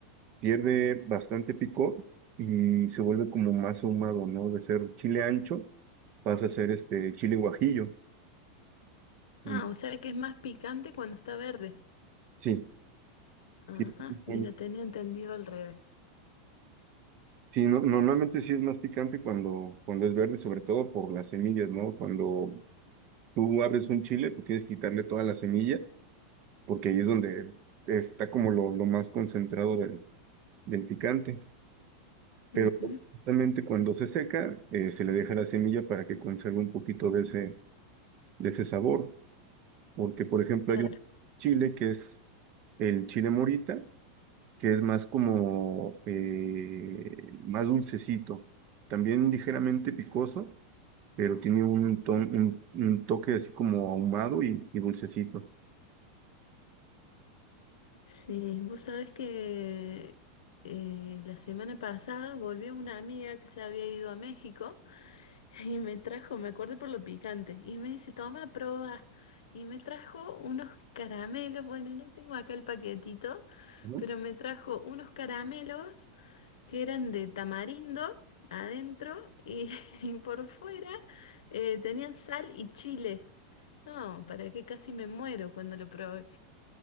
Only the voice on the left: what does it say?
Ah, o sea que es más picante cuando está verde.
Ajá,
mira, tenía entendido al revés.
Ujú.
Claro.
Sí, vos sabés que eh, la semana pasada volvió una amiga que se había ido a México <laughs> y me trajo, me acordé por lo picante, y me dice, toma, prueba. Y me trajo unos caramelos, bueno, no tengo acá el paquetito,
pero me trajo unos caramelos que eran de tamarindo adentro y, <laughs> y por fuera eh, tenían sal y chile. No, para qué, casi me muero cuando lo probé.